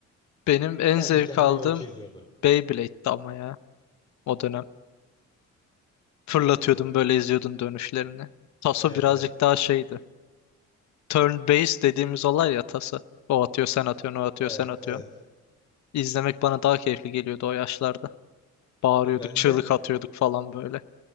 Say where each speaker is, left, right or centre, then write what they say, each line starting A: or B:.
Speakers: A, on the left; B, on the left.
A: Benim en
B: Kendi
A: zevk
B: kendine
A: aldığım
B: yol çiziyordu.
A: Beyblade'di ama ya o dönem. Fırlatıyordum
B: Ee,
A: böyle izliyordum dönüşlerini. Taso
B: evet
A: birazcık
B: evet.
A: daha şeydi. Turn based dediğimiz olay ya tası. O atıyor sen atıyorsun o atıyor
B: Evet
A: sen atıyorsun.
B: evet.
A: İzlemek bana daha keyifli geliyordu o yaşlarda. Bağırıyorduk,
B: Ya ben
A: çığlık
B: de
A: atıyorduk falan böyle.